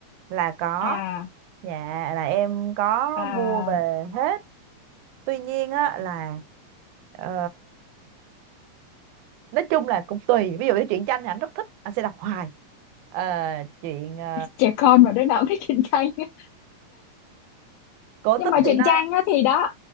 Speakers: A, on the right; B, on the left.
A: là có.
B: à
A: Dạ là em có
B: à,
A: mua về hết. Tuy nhiên á là ờ, nói chung là cũng tùy ví dụ như truyện tranh thì anh rất thích anh sẽ đọc hoài Ờ, chuyện ờ,
B: trẻ con mà đứa nào <laughs> cũng thích truyện tranh <laughs>
A: cổ tích
B: nhưng mà
A: thì
B: truyện
A: nó
B: tranh á thì đó